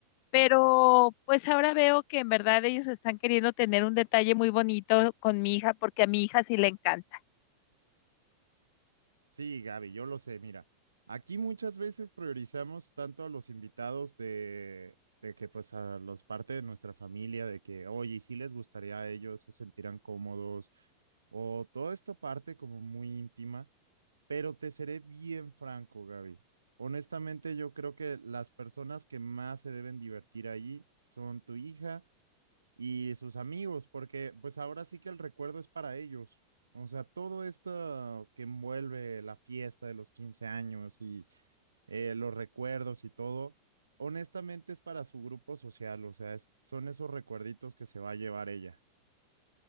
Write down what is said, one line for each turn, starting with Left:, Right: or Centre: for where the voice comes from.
Left: pero pues ahora veo que en verdad ellos están queriendo tener un detalle muy bonito con mi hija porque a mi hija sí le encanta.
Right: Sí, Gaby, yo lo sé. Mira, aquí muchas veces priorizamos tanto a los invitados de, de que pues a los parte de nuestra familia, de que, oye, si les gustaría a ellos, se sentirán cómodos, o toda esta parte como muy íntima, pero te seré bien franco, Gaby. Honestamente, yo creo que las personas que más se deben divertir ahí son tu hija y sus amigos, porque pues ahora sí que el recuerdo es para ellos. O sea, todo esto que envuelve la fiesta de los 15 años y eh, los recuerdos y todo, honestamente es para su grupo social, o sea, es- son esos recuerditos que se va a llevar ella.